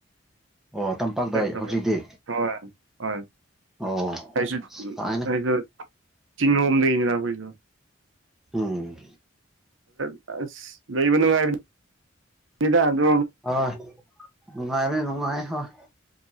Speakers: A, in the centre; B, on the right.
A: ꯑꯣ ꯇꯝꯄꯥꯛꯇ
B: ꯆ ꯍ
A: ꯍꯧꯖꯤꯛꯇꯤ
B: ꯍꯣꯏ ꯑꯩꯁꯨ
A: ꯑꯣ ꯐꯥꯏꯅ
B: ꯑꯩꯁꯨ ꯆꯤꯡꯔꯣꯝꯗꯒꯤꯅꯤꯅ ꯑꯩꯈꯣꯏꯁꯨ
A: ꯎꯝ
B: ꯑ ꯂꯩꯩꯕ ꯅꯨꯡꯉꯥꯏꯕ ꯏꯗ ꯑꯗꯨ
A: ꯍꯣꯏ ꯅꯨꯡꯉꯥꯏꯕꯤ ꯅꯨꯡꯉꯥꯏ ꯍꯣꯏ